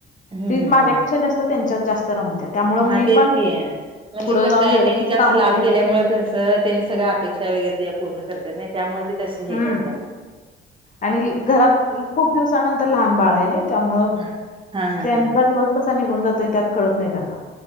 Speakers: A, on the right; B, on the left.
A: हम्म
B: ती
A: हम्म
B: माझ्यापेक्षा
A: हम्म
B: जास्त त्यांच्यात जास्त रमते त्यामुळं
A: हा
B: मी
A: तेच
B: पण
A: की आहे म्हणजे
B: पुढं
A: कसं
B: जाऊन
A: आहे
B: व्यवस्थित
A: त्यानी जास्त
B: काम
A: लाड
B: करू
A: केल्यामुळे
B: शकते.
A: कस. त्यानी सगळ्या अपेक्षा वगर पूर्ण करतात नाही त्यामुळे त तशी
B: हम्म.
A: हे करत.
B: आणि घरात खूप दिवसानंतर लहान बाळ आहे नाही त्यामुळ.
A: हा हा
B: त्यांचा
A: हा
B: दिवस कसा निघून जातोय त्यात कळत नाही त्यांना.